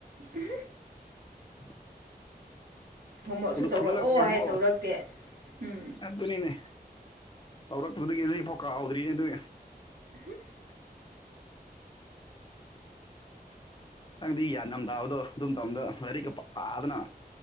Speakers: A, on the right; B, on the left.
A: ꯎꯝ
B: <inaudible>
A: ꯍꯣꯝꯋꯔꯛꯁꯨ ꯇꯧꯔꯛꯑꯣ
B: ꯐꯨꯒꯠꯂꯛꯄꯒꯤꯗꯨꯐꯥꯎ
A: ꯍꯥꯏ ꯇꯧꯔꯛꯇꯦ ꯎꯝ
B: ꯑꯗꯨꯅꯤꯅꯦ ꯇꯧꯔꯛꯄꯗꯒꯤ ꯍꯧꯖꯤꯛꯐꯥꯎ ꯀꯥꯎꯗ꯭ꯔꯤꯅꯦ ꯑꯗꯨ
A: <unintelligible>
B: ꯅꯪꯗꯤ ꯒ꯭ꯌꯥꯟ ꯌꯥꯝꯅ ꯇꯥꯕꯗꯣ ꯑꯗꯨꯝ ꯃꯇꯝꯗ ꯂꯥꯏꯔꯤꯛꯀ ꯄꯥꯗꯅ